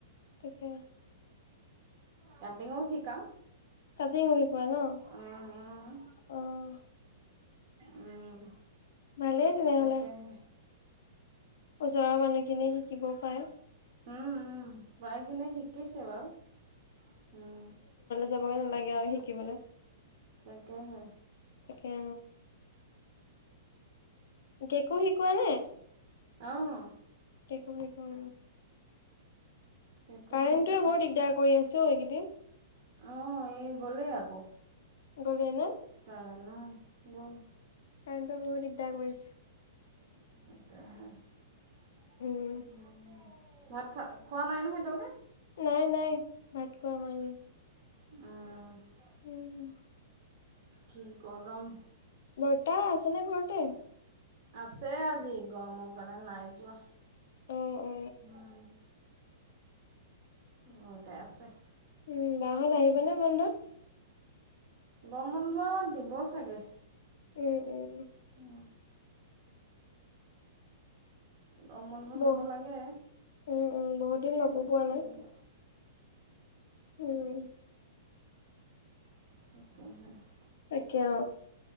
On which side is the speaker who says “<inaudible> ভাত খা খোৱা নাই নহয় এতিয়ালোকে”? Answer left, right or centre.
Right